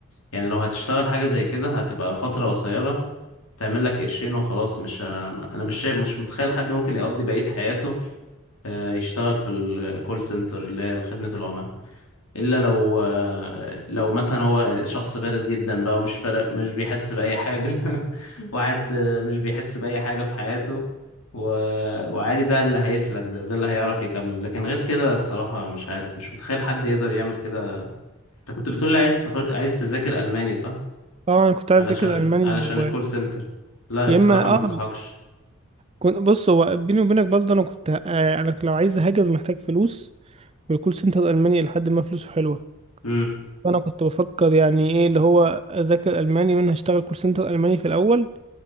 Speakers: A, on the left; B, on the right.
A: يعني لو هتشتغل حاجة زي كده هتبقى فترة قصيرة تعمل لك قرشين وخلاص مش ه... أنا مش شايف مش متخيل حد ممكن يقضي بقية حياته آه، يشتغل في الكول سنتر اللي هي خدمة العملاء الا لو آه، لو مثلا هو شخص بارد جدا بقى ومش فارق مش بيحس باي حاجه <laughs> واحد مش بيحس باي حاجه في حياته و... وعادي ده اللي هيسلك ده ده اللي هيعرف يكمل لكن غير كده الصراحه مش عارف مش متخيل حد يقدر يعمل كده انت كنت بتقولي عايز تخ... عايز تذاكر الماني صح
B: اه أنا كنت عايز
A: علشان
B: أذاكر ألماني
A: علشان الكول
B: و...
A: سنتر لا
B: يا
A: الصراحه
B: إما
A: ما انصحكش
B: اه كنت بص هو بيني وبينك برضه أنا كنت آه أنا لو عايز أهاجر محتاج فلوس والكول سنتر الألماني لحد ما فلوسه حلوة
A: امم
B: فأنا كنت بفكر يعني إيه اللي هو أذاكر ألماني وأنا هشتغل كول سنتر ألماني في الأول